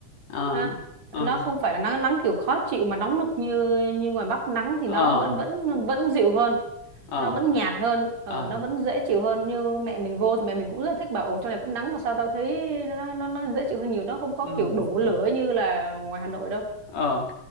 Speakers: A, on the left; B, on the right.
A: Ờ
B: ha
A: ờ
B: nó không phải là nắng nắng kiểu khó chịu mà nóng nực như như ngoài Bắc nắng thì
A: ờ
B: nó vẫn vẫn vẫn dịu hơn
A: ờ
B: nó vẫn nhạt hơn ờ,
A: ờ.
B: nó vẫn dễ chịu hơn như mẹ mình vô thì mẹ mình cũng rất là thích bảo ồ chỗ này cũng nắng mà sao tao thấy nó nó, nó dễ chịu hơn nhiều nó không có
A: Ừ,
B: kiểu đổ
A: ừ.
B: lửa như là ngoài Hà Nội đâu
A: Ờ, ok.